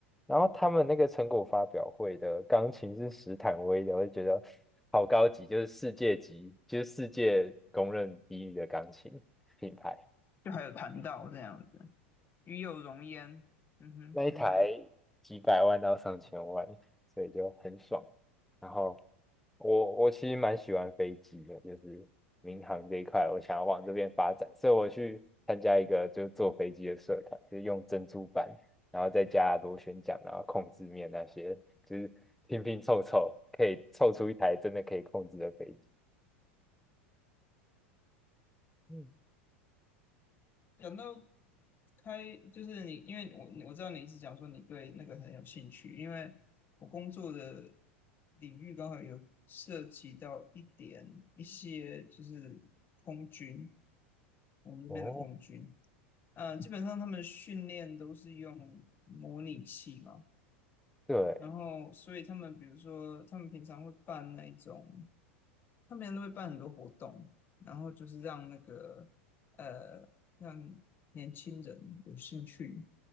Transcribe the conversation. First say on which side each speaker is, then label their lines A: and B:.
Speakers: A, in the centre; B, on the left (about 30°).
A: 然后他们那个成果发表会的钢琴是史坦威的，我就觉得好高级，就是世界级，就是世界公认第一的钢琴品牌。
B: 就还有谈到这样子，与有容焉，嗯哼。
A: 那一嗯台几百万到上千万，所以就很爽。然后我我其实蛮喜欢飞机的，就是民航这一块，我想要往这边发展，所以我去参加一个就是坐飞机的社团，就是用珍珠板，然后再加螺旋桨，然后控制面那些，就是拼拼凑凑，可以凑出一台真的可以控制的飞机。嗯
B: 讲到开，就是你，因为我我知道你是讲说你对那个很有兴趣，因为我工作的领域刚好有涉及到一点一些就是空军，我们这边的空军，
A: 哦，
B: 呃，基本上他们训练都是用模拟器嘛，
A: 对，
B: 然后所以他们比如说他们平常会办那一种。他们都会办很多活动，然后就是让那个呃，让年轻人有兴趣，